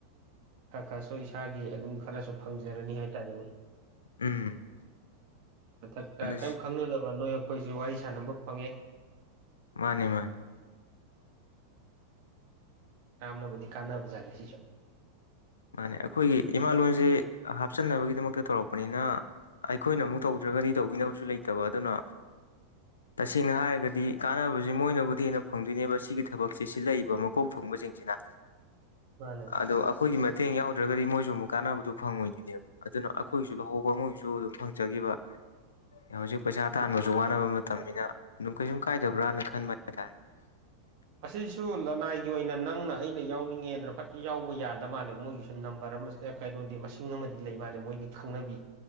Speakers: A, on the right (about 45°); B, on the left (about 70°).
A: ꯈꯔ ꯈꯔꯁꯨ ꯏꯁꯥꯒꯤ ꯑꯗꯨꯝ ꯈꯔꯁꯨ ꯐꯪꯖꯔꯅꯤ ꯍꯥꯏꯇꯥꯔꯦꯅꯦ
B: ꯎꯝ
A: ꯃꯊꯛꯇ
B: ꯑꯗꯨ
A: ꯀꯔꯤꯝ ꯈꯪꯅꯗꯕ ꯅꯣꯏ ꯑꯩꯈꯣꯏꯁꯨ ꯋꯥꯔꯤ ꯁꯥꯟꯅꯕ ꯐꯪꯉꯦ
B: ꯃꯥꯅꯦ ꯃꯥꯅꯦ
A: ꯀꯥꯟꯅꯕꯨꯗꯤ ꯀꯥꯅꯕꯖꯥꯠꯅꯦ ꯁꯤꯁꯨ
B: ꯃꯥꯅꯦ ꯑꯩꯈꯣꯏꯒꯤ ꯏꯃꯥꯂꯣꯟꯁꯦ ꯍꯥꯞꯆꯟꯅꯕꯒꯤꯗꯃꯛꯇ ꯇꯧꯔꯛꯄꯅꯤꯅ ꯑꯩꯈꯣꯏꯅ ꯑꯃꯨꯛ ꯇꯧꯗ꯭ꯔꯒꯗꯤ ꯇꯧꯕꯤꯅꯕꯁꯨ ꯂꯩꯇꯕ ꯑꯗꯨꯅ ꯇꯁꯦꯡꯅ ꯍꯥꯏꯔꯒꯗꯤ ꯀꯥꯟꯅꯕꯁꯦ ꯃꯣꯏꯅꯕꯨꯗꯤ ꯍꯦꯟꯅ ꯐꯪꯗꯣꯏꯅꯦꯕ ꯁꯤꯒꯤ ꯊꯕꯛꯁꯦ ꯁꯤꯜꯂꯛꯏꯕ ꯃꯀꯣꯛ ꯊꯣꯡ ꯊꯣꯡꯕ ꯁꯤꯡꯁꯤꯅ
A: ꯃꯥꯅꯦ
B: ꯑꯗꯣ ꯑꯩꯈꯣꯏꯒꯤ ꯃꯇꯦꯡ ꯌꯥꯎꯗ꯭ꯔꯒꯗꯤ ꯃꯣꯏꯁꯨ ꯑꯃꯨꯛ ꯀꯥꯟꯅꯕꯗꯨ ꯐꯪꯉꯣꯏꯗꯣꯏꯅꯦꯕ ꯑꯗꯨꯅ ꯑꯩꯈꯣꯏꯒꯤꯁꯨ ꯂꯧꯍꯧꯕ ꯃꯣꯏꯒꯤꯁꯨ ꯑꯗꯨꯝ ꯐꯪꯖꯈꯤꯕ ꯍꯧꯖꯤꯛ ꯄꯩꯁꯥ ꯇꯥꯟꯕꯁꯨ ꯋꯥꯅꯕ ꯃꯇꯝꯅꯤꯅ ꯑꯗꯨꯝ ꯀꯩꯁꯨꯝ ꯀꯥꯏꯗꯕ꯭ꯔꯅ ꯈꯟꯕ ꯍꯥꯏꯇꯥꯔꯦ <inaudible>
A: ꯑꯁꯤꯁꯨ ꯂꯅꯥꯏꯒꯤ ꯑꯣꯏꯅ ꯅꯪꯅ ꯑꯩꯅ ꯌꯥꯎꯅꯤꯡꯉꯦꯅ ꯐꯠ ꯌꯥꯎꯕ ꯌꯥꯗ ꯃꯥꯜꯂꯦ ꯃꯣꯏꯒꯤꯁꯨ ꯅꯝꯕꯔ ꯀꯩꯅꯣꯗꯤ ꯃꯁꯤꯡ ꯑꯃꯗꯤ ꯂꯩ ꯃꯥꯜꯂꯦ ꯃꯣꯏꯒꯤ ꯈꯪꯅꯕꯤ